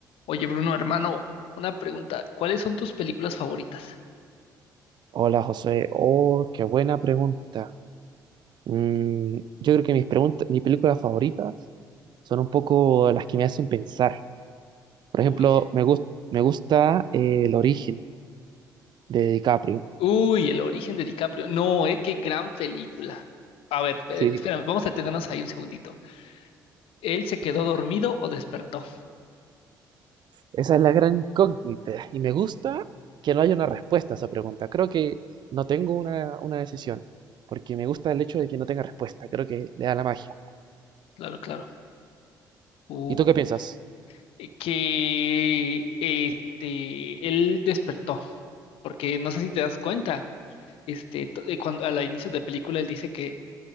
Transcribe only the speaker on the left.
Oye, Bruno, hermano, una pregunta. ¿Cuáles son tus películas favoritas?
Uy.
Uy, El origen de DiCaprio. No, eh, qué gran película. A ver, eh,
espérame, vamos a detenernos ahí un segundito. ¿Él se quedó dormido o despertó?
Claro, claro. Uy,
eh, que este, él despertó, porque no sé si te das cuenta. Este, to- eh, cuando al inicio de la película él dice que